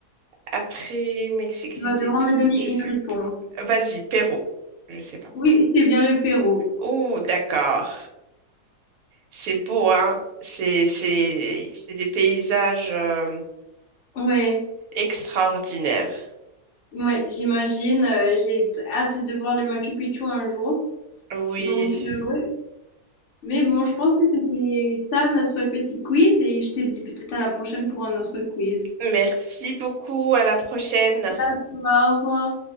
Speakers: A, on the right; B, on the left.
A: Après Mexique,
B: Tu
A: j'ai
B: vas
A: des
B: devoir
A: doutes.
B: me donner
A: Je
B: une
A: suis.
B: réponse.
A: plus- Vas-y, Pérou. Je sais pas.
B: Oui, c'est bien le Pérou.
A: Oh, d'accord. C'est beau, hein? C'est, c'est, c'est des paysages euh,
B: Ouais,
A: extraordinaires.
B: ouais, j'imagine. euh, j'ai hâte de voir le Machu Picchu un jour.
A: Oui.
B: Donc, oui. Mais bon, je pense que c'était ça notre petit quiz et je te dis peut-être à la prochaine pour un autre quiz.
A: Merci beaucoup. À la prochaine.
B: Au revoir.